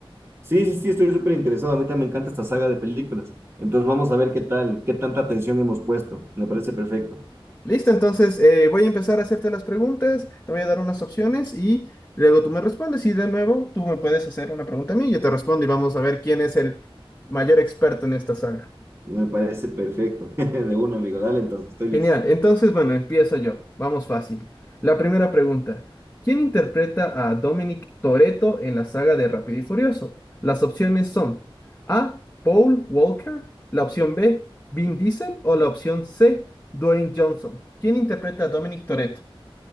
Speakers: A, on the right (about 25°); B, on the left (about 20°).
A: Sí, sí, sí, estoy súper interesado. A mí también me encanta esta saga de películas. Entonces vamos a ver qué tal, qué tanta atención hemos puesto. Me parece perfecto.
B: Listo, entonces eh, voy a empezar a hacerte las preguntas, te voy a dar unas opciones y luego tú me respondes y de nuevo tú me puedes hacer una pregunta a mí, yo te respondo y vamos a ver quién es el mayor experto en esta saga.
A: Me parece perfecto. <laughs> De uno, amigo. Dale, entonces, estoy listo.
B: Genial. Entonces, bueno, empiezo yo. Vamos fácil. La primera pregunta. ¿Quién interpreta a Dominic Toretto en la saga de Rápido y Furioso? Las opciones son A. Paul Walker, la opción B. Vin Diesel o la opción C. Dwayne Johnson. ¿Quién interpreta a Dominic Toretto?